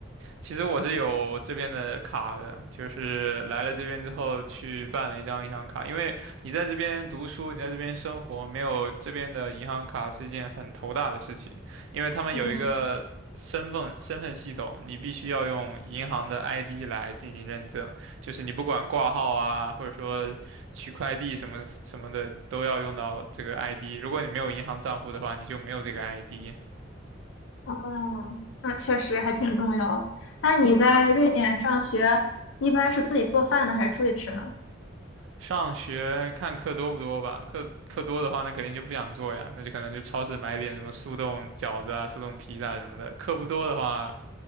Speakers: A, on the right (about 75°); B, on the left (about 75°).
A: 其实我是有这边的卡的，就是来了这边之后去办了一张银行卡，因为你在这边读书，你在这边生活，没有这边的银行卡是一件很头大的事情，因为他们有一个身份身份系统，
B: 嗯，
A: 你必须要用银行的 ID 来进行认证，就是你不管挂号啊，或者说取快递什么什么的，都要用到这个 ID，如果你没有银行账户的话，你就没有这个 ID。
B: 哦，那确实还挺重要。那你在瑞典上学，一般是自己做饭呢，还是出去吃呢？
A: 上学看课多不多吧，课课多的话，那肯定就不想做呀，那就可能就超市买点什么速冻饺子啊、速冻披萨什么的。课不多的话，